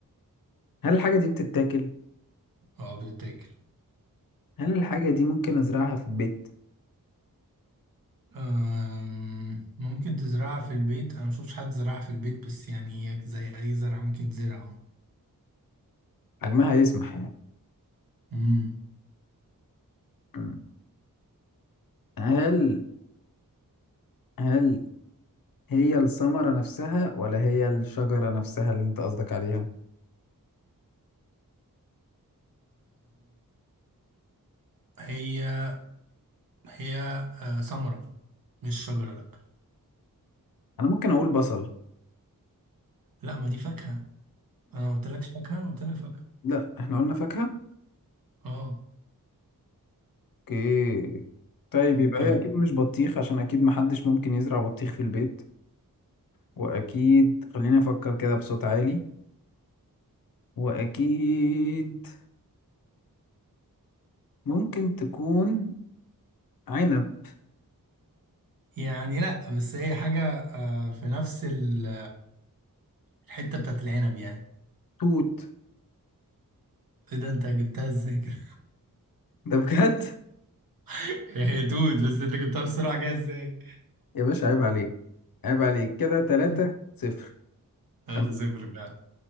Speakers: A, on the left (about 70°); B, on the right (about 70°).
A: هل الحاجة دي بتتاكل؟
B: اه بتتاكل
A: هل الحاجة دي ممكن أزرعها في البيت؟
B: آم، ممكن تزرعها في البيت انا مشوفش حد زرعها في البيت بس يعني هي زي اي زرعه ممكن تزرعها
A: حجمها يسمح يعني
B: امم
A: مم. هل هل هي الثمرة نفسها ولا هي الشجرة نفسها اللي أنت قصدك عليها؟
B: هي هي آه، ثمره مش شجره لا
A: انا ممكن اقول بصل
B: لا ما دي فاكهه انا قلت لك فاكهه قلت لك فاكهه
A: لا احنا قلنا فاكهة
B: اه
A: اوكي طيب
B: اوكي
A: يبقى هي اكيد مش بطيخ عشان اكيد محدش ممكن يزرع بطيخ في البيت واكيد خليني افكر كده بصوت عالي واكيد ممكن تكون عنب
B: يعني لا بس هي حاجه آه، في نفس ال- الحته بتاعت العنب يعني
A: توت
B: ايه ده انت جبتها ازاي كده
A: ده بجد
B: <laughs> هي دود بس انت جبتها بسرعه كده ازاي
A: يا باشا عيب عليك عيب عليك كده تلاتة
B: <laughs>
A: صفر
B: هذا
A: تمام
B: صفر فعلا